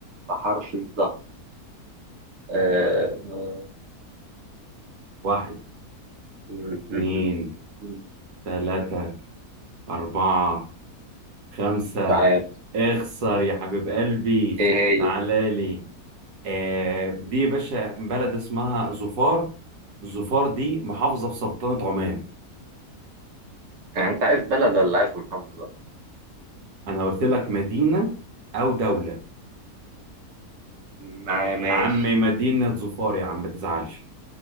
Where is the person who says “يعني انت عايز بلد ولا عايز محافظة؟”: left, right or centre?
Right